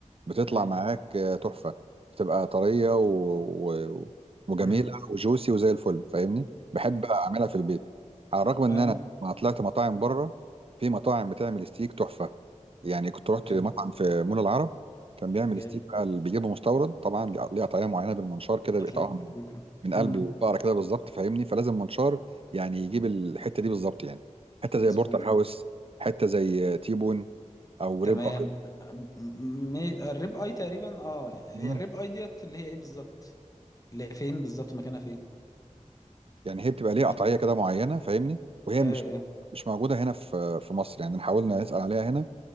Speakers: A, on the right; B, on the left.
A: بتطلع
B: تمام
A: معاك آه، تحفة بتبقى طرية و... و... وجميلة
B: امم
A: وجوسي وزي الفل فاهمني بحب أعملها في البيت على الرغم إن
B: امم
A: أنا ما طلعت مطاعم بره في مطاعم بتعمل ستيك تحفة يعني كنت رحت
B: جامد
A: مطعم في مول العرب كان بيعمل
B: جامد
A: ستيك بقى اللي بيجيبه مستورد طبعا ليه ليه طريقة معينة بالمنشار كده بيقطعوها
B: اكيد
A: من
B: اكيد
A: من قلب
B: مم.
A: البقرة كده بالظبط فاهمني فلازم منشار يعني يجيب الحتة دي بالظبط يعني حتة زي
B: مظبوط
A: بورتر هاوس حته زي تيبون او
B: تمام
A: ريب اي
B: م- م- الريب اي تقريبا اه هي
A: مم.
B: الريب اي ديت اللي هي ايه بالظبط اللي هي فين بالظبط مكانها فين
A: يعني هي بتبقى ليها قطعيه
B: يعني
A: كده معينه فاهمني وهي
B: ك
A: مش مش موجوده هنا في في مصر يعني حاولنا نسال عليها هنا